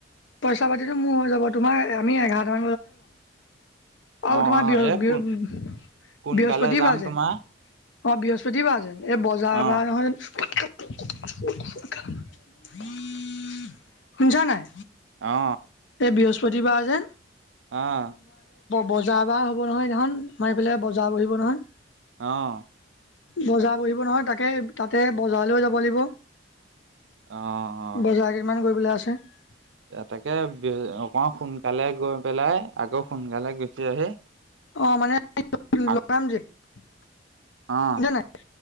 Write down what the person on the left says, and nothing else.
পইচা পাতিতো মোৰ হৈ যাব তোমাৰ আমি এঘাৰ <unintelligible> আৰু
তোমাৰ
বৃহ-বৃহস্পতি
বাৰ যে
অ বৃহস্পতি বা যে, এই বজাৰ
বাৰ নহয় য <unintelligible> শুনছা নাই?
এই বৃহস্পতিবাৰ যে
বজাৰ বাৰ হ'ব নহয় সেইদিনা খন, আমাৰ এইফালে বজাৰ বহিব নহয়।
বজাৰ বহিব নহয় তাকে তাতে বজাৰলৈৈও যাব লাগিব।
বজাৰ <unintelligible>
অ মানে <unintelligible>
<unintelligible>
নাই